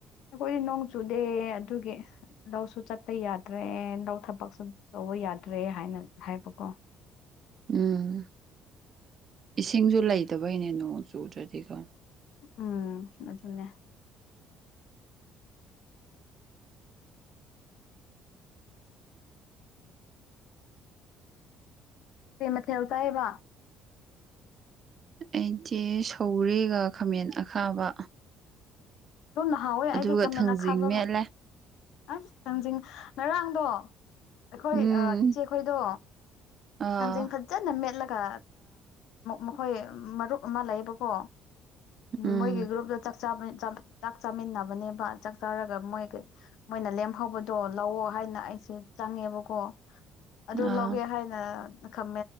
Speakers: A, on the left; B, on the right.
A: ꯑꯩꯈꯣꯏꯗꯤ ꯅꯣꯡ ꯆꯨꯗꯦ ꯑꯗꯨꯒꯤ ꯂꯧꯁꯨ ꯆꯠꯄ ꯌꯥꯗ꯭ꯔꯦ ꯂꯧ ꯊꯕꯛꯁꯨ ꯇꯧꯕ ꯌꯥꯗ꯭ꯔꯦ ꯍꯥꯏꯅ ꯍꯥꯏꯕꯀꯣ
B: ꯎꯝ ꯏꯁꯤꯡꯁꯨ ꯂꯩꯇꯕꯩꯅꯦ ꯅꯣꯡ ꯆꯨꯗ꯭ꯔꯗꯤꯀꯣ
A: ꯎꯝ ꯑꯗꯨꯅꯦ ꯀꯣꯏ ꯃꯊꯦꯜ ꯆꯥꯏꯕ
B: ꯑꯩꯗꯤ ꯁꯧꯒ꯭ꯔꯤꯒ ꯈꯥꯃꯦꯟ ꯑꯈꯥꯕ
A: ꯗꯨꯝ ꯍꯥꯎꯋꯦ
B: ꯑꯗꯨꯒ
A: ꯑꯩꯗꯤ ꯈꯥꯃꯦꯟ
B: ꯊꯥꯡꯖꯤꯡ
A: ꯑꯈꯥꯕꯒ
B: ꯃꯦꯠꯂꯦ
A: ꯑꯁ ꯊꯥꯡꯖꯤꯡ ꯉꯔꯥꯡꯗꯣ ꯑꯩꯈꯣꯏ
B: ꯎꯝ
A: ꯏꯆꯦꯈꯣꯏꯗꯣ
B: ꯑꯥ
A: ꯊꯥꯡꯖꯤꯡ ꯐꯖꯅ ꯃꯦꯠꯂꯒ ꯃꯈꯣꯏ ꯃꯔꯨꯞ ꯑꯃ ꯂꯩꯌꯦꯕꯀꯣ
B: ꯎꯝ
A: ꯃꯣꯏꯒꯤ ꯒ꯭ꯔꯨꯞꯇ ꯆꯥꯛ ꯆꯥꯛ ꯆꯥꯃꯤꯟꯅꯕꯅꯦꯕ ꯆꯥꯛ ꯆꯥꯔꯒ ꯃꯣꯏꯒ ꯃꯣꯏꯅ ꯂꯦꯝꯍꯧꯕꯗꯣ ꯂꯧꯑꯣ ꯍꯥꯏꯅ ꯑꯩꯁꯦ ꯆꯪꯉꯦꯕꯀꯣ ꯑꯗꯨ
B: ꯑꯥ
A: ꯂꯧꯒꯦ ꯍꯥꯏꯅ ꯈ